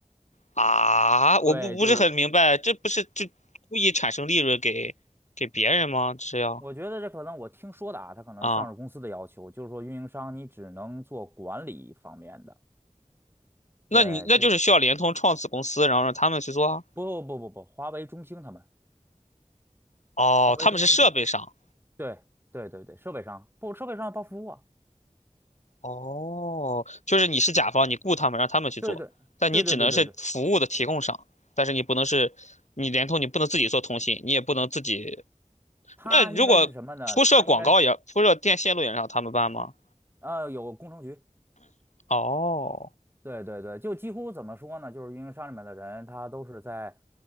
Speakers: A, on the left; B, on the right.
A: 啊，
B: 对，
A: 我不不是很明白，
B: 就是
A: 这不是就故意产生利润给给别人吗？这是要
B: 我觉得这可能我听说的啊，它可能是上市公司的要求，
A: 啊，
B: 就是说运营商你只能做管理方面的，
A: 那你那就是需要联通创子公司，
B: 对，就
A: 然后让他们去做啊。
B: 不不不不，华为、中兴他们，
A: 哦，
B: 华为、
A: 他们是设备商。
B: 中兴他们，对对对对，设备商不，设备商包服务啊，
A: 哦，就是你是甲方，你雇他们让他们去做，
B: 对对对对对对对。
A: 但你只能是服务的提供商，但是你不能是你联通，你不能自己做通信，你也不能自己。
B: 它应该是什么呢？
A: 那如果铺设广告也铺设电线路也让他们办吗？
B: 它应该是呃，有工程局，
A: 哦。
B: 对对对，就几乎怎么说呢？就是运营商里面的人，他都是在，